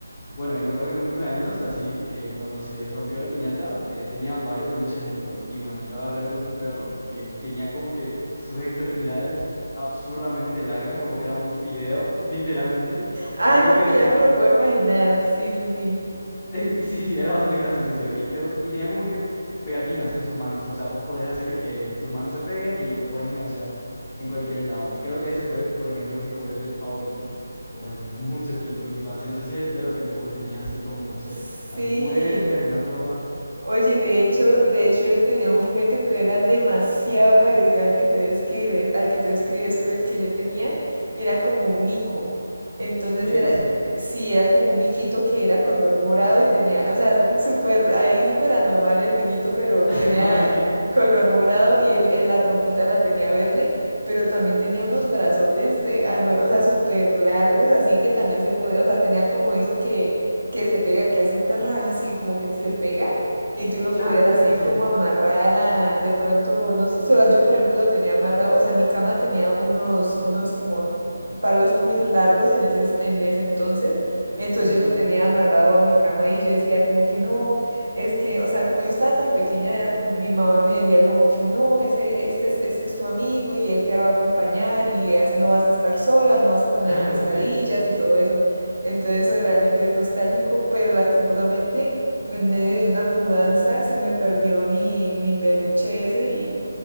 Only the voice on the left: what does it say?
Bueno, y me acuerdo que en un cumpleaños, así, eh, cuando se rompió la piñata, eh, tenían varios peluches dentro. Y bueno, yo agarré el de un perro que tenía como que sus extremidades absurdamente largas, como que era un fideo, <laughs> literalmente.
Y creo
que
eh,
<laughs> Eh, sí, era bastante gracioso, en serio. Y creo que- y tenía como que pegatinas en sus manos. O sea, vos podés hacer que sus manos se peguen y lo podés enganchar en cualquier lado. Y creo que ese fue, por ejemplo, mi juguete favorito por <laughs> mucho tiempo en mi infancia. No sé si de repente vos tenías así como, no sé,
algún juguete, alguna ropa.
¿En
serio?
<laughs>
Ok.
Claro,
claro, sí.
Sí,
sí.
<laughs> Ah,
sí.